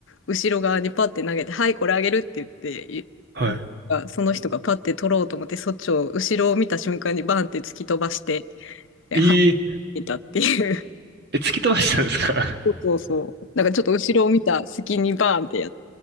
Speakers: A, on the left (about 65°); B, on the right (about 50°).
A: 後ろ側にパって投げて、はい、これあげるって言って、い
B: はい。
A: あその人がパって取ろうと思って、そっちを後ろを見た瞬間にバンって突き飛ばして、えはっ
B: ええ、
A: ていたっていう。<laughs>
B: え、突き飛ばしたんですか
A: そうそうそう。なんかちょっと後ろを見た隙にバーンってやっ